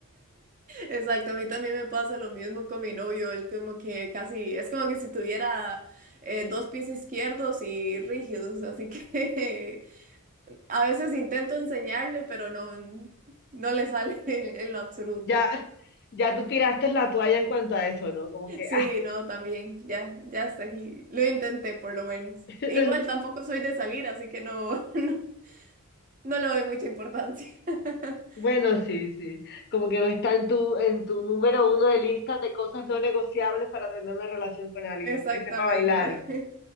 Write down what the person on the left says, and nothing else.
Ya, ya tú tiraste la toalla en cuanto a eso, ¿no? Como que,
<laughs> ah.
Bueno, sí, sí. Como que no está en tu, en tu número uno de listas de cosas no negociables para tener una relación con alguien
que sepa bailar.